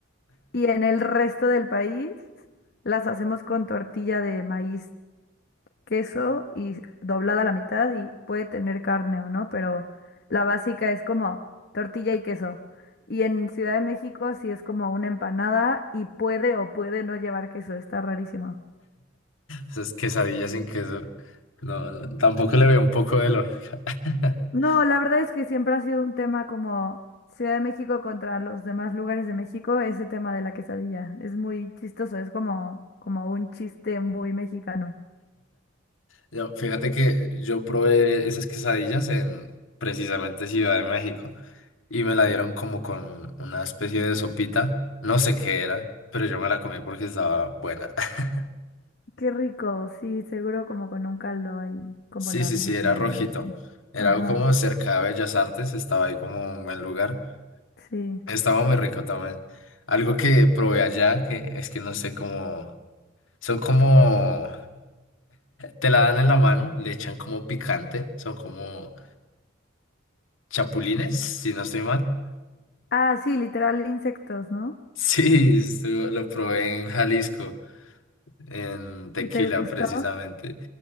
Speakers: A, on the left (about 55°); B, on the left (about 85°).
A: y en el resto del país las hacemos con tortilla de maíz queso y doblada a la mitad y puede tener carne o no, pero la básica es como tortilla y queso. Y en Ciudad de México sí es como una empanada y puede o puede no llevar queso, está rarísimo.
B: esas quesadillas sin queso. No, no, tampoco le veo un poco de lógica. <laughs>
A: No, la verdad es que siempre ha sido un tema como Ciudad de México contra los demás lugares de México, ese tema de la quesadilla. Es muy chistoso, es como, como un chiste muy mexicano.
B: Yo, fíjate que yo probé esas quesadillas en precisamente Ciudad de México y me la dieron como con una especie de sopita. No sé qué era, pero yo me la comí porque estaba buena. <laughs>
A: Qué rico, sí, seguro como con un caldo ahí, como
B: Sí,
A: la
B: sí,
A: birria
B: sí, era rojito.
A: o así.
B: Era
A: Ajá,
B: algo como cerca de Bellas Artes, estaba ahí como un buen lugar.
A: sí.
B: Estaba muy rico también. Algo que probé allá, que es que no sé cómo... Son como... Te la dan en la mano, le echan como picante, son como chapulines, si no estoy mal.
A: Ah, sí, literal insectos, ¿no?
B: Sí, estuvo- lo probé en Jalisco, en Tequila
A: ¿Y te gustó?
B: precisamente.